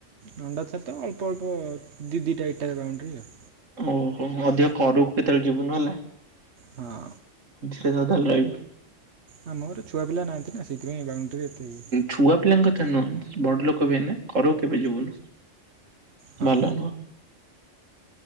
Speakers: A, on the right; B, on the right.
A: ନଣ୍ଡା ଛାତ ତ ଅଳ୍ପ ଅଳ୍ପ ଦି ଦିଟା ଏଟା ବାଉଣ୍ଡି ଆଉ।
B: ଓହୋ ମଧ୍ୟ ଘରକୁ କେତେବେଳେ ଯିବୁ ନ ହେଲେ।
A: ହଁ।
B: କେଦିନ ଚାଲି ଆଇବୁ।
A: ଆ ମୋର ଛୁଆ ପିଲା ନାହାନ୍ତି ନା। ସେଇଥିପାଇଁ ବାଉଣ୍ଡ୍ରି ଏତେ ଇଏ।
B: ଛୁଆ ପିଲାଙ୍କ କଥା ନୁହେଁ ବଡ ଲୋକ ବି ଏ କର କେବେ ଯିବୁନି।
A: ହଁ
B: ଭଲ ନୁହଁ।